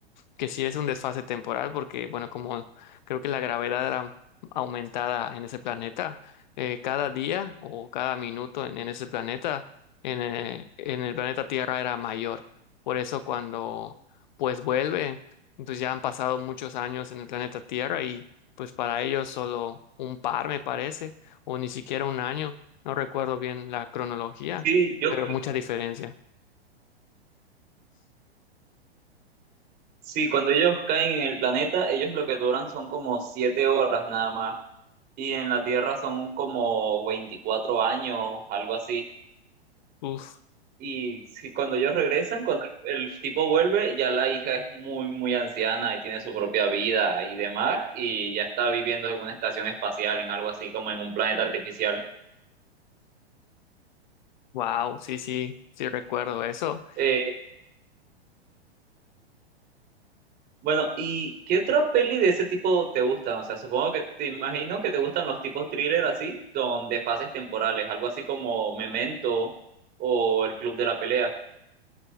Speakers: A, on the left; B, on the right.
A: que sí es un desfase temporal, porque, bueno, como creo que la gravedad era aumentada en ese planeta, eh, cada día o cada minuto en, en ese planeta, en, eh, en el planeta Tierra era mayor. Por eso cuando, pues, vuelve, entonces ya han pasado muchos años en el planeta Tierra y, pues, para ellos solo un par, me parece, o ni siquiera un año, no recuerdo bien la cronología,
B: Sí, yo
A: pero mucha diferencia.
B: Sí, cuando ellos caen en el planeta, ellos lo que duran son como siete horas nada más. Y en la Tierra son como 24 años, algo así.
A: Uf,
B: Y si- cuando ellos regresan, cuando el, el tipo vuelve, ya la hija es muy, muy anciana y tiene su propia vida y demás, y ya está viviendo en una estación espacial, en algo así como en un planeta artificial.
A: wow, sí, sí, sí recuerdo eso.
B: Eh, Bueno, ¿y qué otra peli de ese tipo te gustan? O sea, supongo que te imagino que te gustan los tipos thriller así, donde fases temporales, algo así como Memento o El Club de la Pelea.